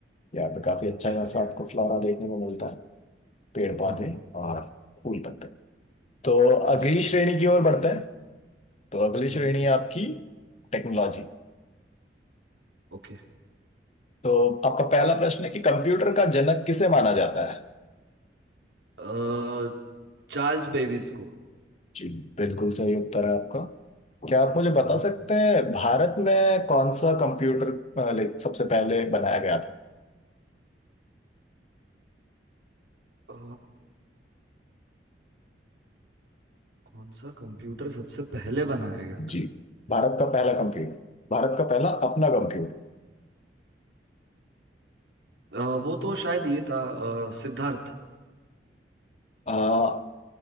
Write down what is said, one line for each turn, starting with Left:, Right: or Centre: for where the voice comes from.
Left: यहाँ पे काफी अच्छा खासा
Right: शुक्रिया
Left: आपको फ्लोरा देखने को मिलता है पेड़ पौधे
Right: हम्म हम्म,
Left: और फूल पत्ते तो अगली
Right: जी
Left: श्रेणी की ओर बढ़ते हैं तो अगली
Right: हम्म
Left: श्रेणी है आपकी टेक्नोलॉजी
Right: ओके
Left: तो आपका पहला प्रश्न है कि कंप्यूटर का जनक किसे माना जाता है
Right: अ, चार्ल्स बेबीज को
Left: जी बिल्कुल सही उत्तर है आपका। क्या आप मुझे बता
Right: हम्म,
Left: सकते हैं भारत में कौन सा कंप्यूटर अ, लाइक सबसे पहले बनाया गया था
Right: अ, कौन सा कंप्यूटर सबसे पहले बनाया गया था
Left: जी भारत का पहला कंप्यूटर भारत का पहला अपना कंप्यूटर
Right: अ, वो तो शायद ये था अ, सिद्धार्थ
Left: आ,